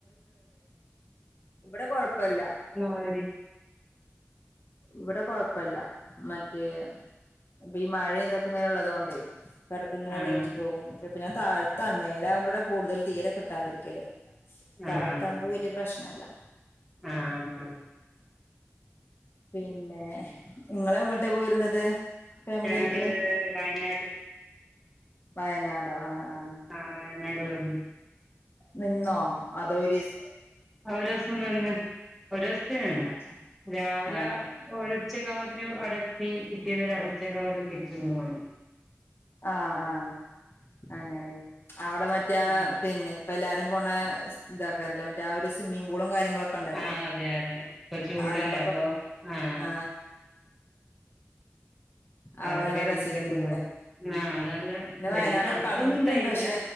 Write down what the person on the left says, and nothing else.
ഇവിടെ കൊഴപ്പല്ല
ഇവിടെ കൊഴപ്പല്ല മറ്റേ ഇപ്പൊ മഴ എന്തൊക്കെ ഇങ്ങനെള്ളത കൊണ്ടേ ഇടക്ക ഇങ്ങന
റേഞ്ച് പോകും പ ഇപ്പ ഞാൻ താഴ്താണ് മേല ആക്പോഴ കൂടുതൽ തീരെ കിട്ടാതിരിക്കല്
താഴത്താകുമ്പോ വല്യ പ്രശ്നല്ല
പിന്നെ ഇങ്ങളെ ഇങ്ങോട്ട പോയിരുന്നത് ഫാമിലിയിട്ട്
വയനാടോ ആഹ് ആഹ്
നിന്നോ അതൊരീസ്
ആഹ്
ആഹ്
ആഹ് ആഹ് അങ്ങനെല്ലെ അവിടെ മറ്റേയാ
പിന്നെ ഇപ്പൊ എല്ലാരും പോന്ന ഇതാക്കാറല്ല മറ്റേ ആ ഒരു സ്വിമ്മിംഗ് പൂളും കാര്യങ്ങളൊ ക്കെണ്ടല്ലോ
അങ്ങട്ടക്ക
ആ അവള
നല്ല
രസമായിരിക്കുംല്ലേ
പിന്നെ
വയനാട്
കണ്ടിട്ടുണ്ട്
പക്ഷെ